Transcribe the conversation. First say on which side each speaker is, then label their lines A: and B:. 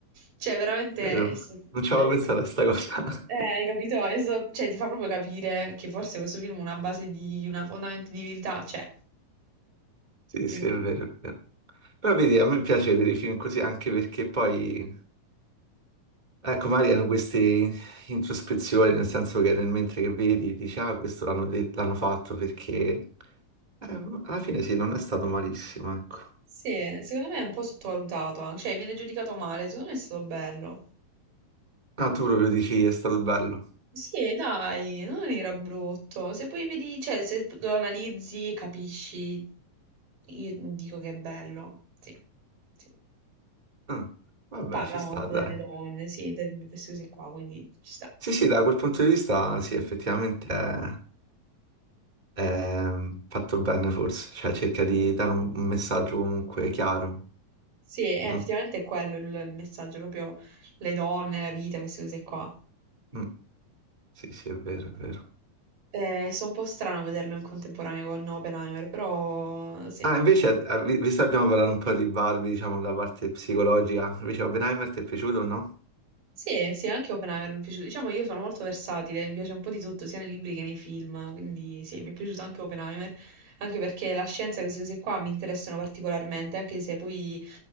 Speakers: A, on the right; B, on the right.
A: Cioè, veramente...
B: vero.
A: è sta-
B: Non ci
A: è-
B: avevo pensato a sta cosa.
A: eh,
B: <laughs>
A: hai capito? È sta- cioè, ti fa proprio capire che forse questo film ha una base di... una fondamento di verità, cioè...
B: Sì, sì,
A: quindi-
B: è vero, è vero. Però vedi, a me piace vedere i film così anche perché poi Ecco, magari hanno queste introspezioni, nel senso che nel mentre che vedi dici, ah, questo l'hanno det- l'hanno fatto perché eh, alla fine sì, non è stato malissimo, ecco.
A: Sì, secondo me è un po' sottovalutato, anche. cioè, viene giudicato male, secondo me è stato bello.
B: Ah, tu proprio dici è stato bello.
A: Sì, dai, non era brutto. Se poi vedi, cioè, se lo analizzi e capisci, io dico che è bello. Sì. Sì.
B: Mm, vabbè,
A: Parla
B: ci sta,
A: molto
B: dai.
A: delle donne, sì, de- di queste cose qua, quindi ci sta.
B: Sì, sì, da quel punto di vista, sì, effettivamente è, è ehm, fatto bene forse, cioè cerca
A: Sì,
B: di dare un, un messaggio comunque chiaro.
A: Sì, è
B: non-
A: effettivamente è quello il il messaggio, proprio le donne, la vita, queste cose qua.
B: mm, sì, sì, è vero, è vero.
A: Eh, so un po' strano vederlo in contemporanea con Oppenheimer, però sì.
B: Ah, invece, eh, vi- visto che abbiamo parlato un po' di Barbie, diciamo, la parte psicologica, invece Oppenheimer ti è piaciuto o no?
A: Sì, eh, sì, anche Oppenheimer mi è piaciuto. Diciamo che io sono molto versatile, mi piace un po' di tutto, sia nei libri che nei film, quindi sì, mi è piaciuto anche Oppenheimer, anche perché la scienza e queste cose qua mi interessano particolarmente, anche se poi